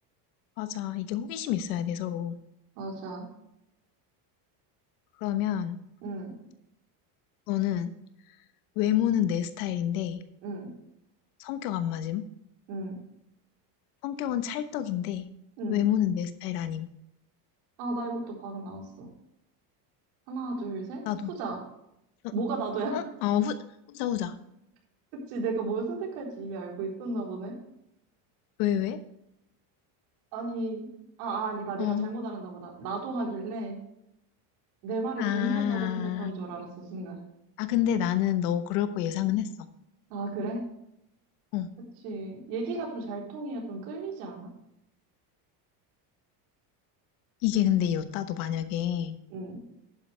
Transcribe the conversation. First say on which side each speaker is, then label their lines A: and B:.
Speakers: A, on the left (about 80°); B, on the right (about 80°).
A: 맞아. 이게 호기심이 있어야 돼, 서로.
B: 맞아.
A: 그러면,
B: 응.
A: 너는 외모는 내 스타일인데
B: 응,
A: 성격 안 맞음?
B: 응,
A: 성격은 찰떡인데
B: 응.
A: 외모는 내 스타일 아님.
B: 아, 나 이것도 바로 나왔어. 하나, 둘, 셋.
A: 나도.
B: 후자.
A: 어?
B: 뭐가 나도야.
A: 어? 어, 후, 후자, 후자.
B: <laughs> 그치, 내가 뭘 선택할지 이미 알고 있었나 보네.
A: 왜, 왜?
B: 아니, 아, 아, 아니다. 내가
A: 어.
B: 잘못 알았나 보다. 나도 하길래 내 말에
A: 아,
B: 동의한다고 생각한 줄 알았어, 순간.
A: 아, 근데 나는 너 그럴 거 예상은 했어.
B: 아, 그래?
A: 어.
B: 그치. 얘기가 좀 잘 통해야 좀 끌리지 않아?
A: 이게 근데 이 여따도 만약에
B: 응,